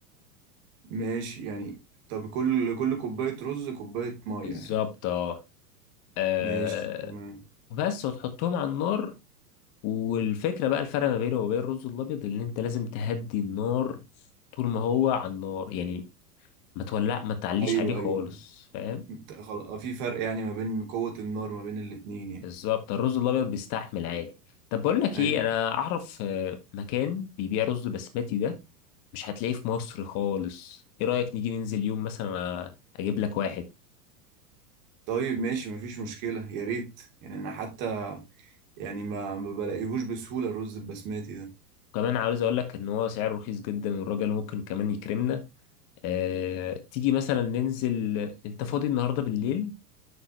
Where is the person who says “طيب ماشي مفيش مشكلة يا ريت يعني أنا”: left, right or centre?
Right